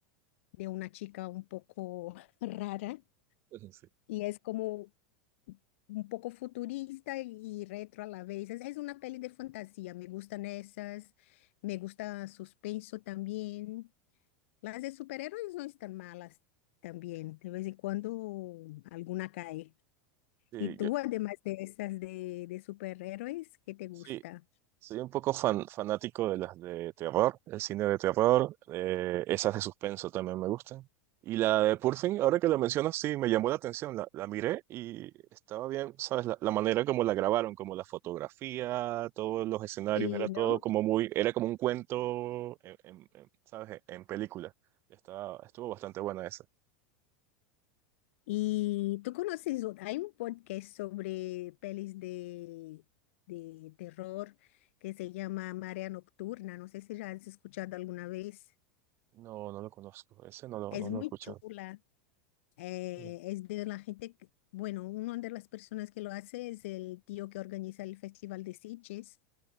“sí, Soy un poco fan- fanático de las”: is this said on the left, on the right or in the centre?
Right